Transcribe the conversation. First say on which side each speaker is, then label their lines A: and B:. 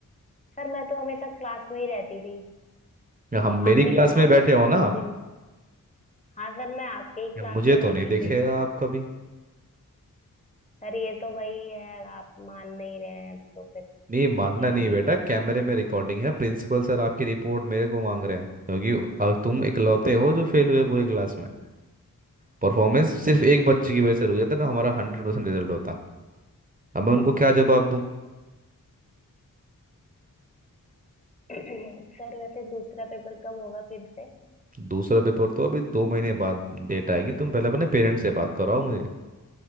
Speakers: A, on the left (about 20°); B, on the right (about 25°).
A: सर मैं तो हमेशा क्लास में ही रहती थी
B: या हम मेरी
A: आपने
B: क्लास
A: कब बांटे
B: में बैठे हो
A: थे
B: ना
A: मुझे
B: आप
A: नहीं हाँ सर मैं आपके ही
B: या
A: क्लास
B: मुझे
A: में रहती
B: तो नहीं देखे
A: थी
B: आप कभी
A: सर ये तो वही है आप मान नहीं रहे हैं तो फिर
B: नहीं मानना
A: मैं क्या
B: नहीं
A: ही
B: बेटा
A: बोलूं
B: कैमरे में रिकॉर्डिंग है प्रिंसिपल सर आपकी रिपोर्ट मेरे को मांग रहे हैं क्योंकि अब तुम इकलौते हो जो फेल हुए पूरी क्लास में परफॉर्मेंस सिर्फ एक बच्चे की वजह से रुक जाता ना हमारा हंड्रेड परसेंट रिजल्ट होता अब मैं उनको क्या जवाब दूं
A: <clears throat> सर वैसे दूसरा पेपर कब होगा फिर से
B: दूसरा पेपर तो अभी दो महीने बाद डेट आएगी तुम पहले अपने पेरेंट्स से बात कराओ मुझे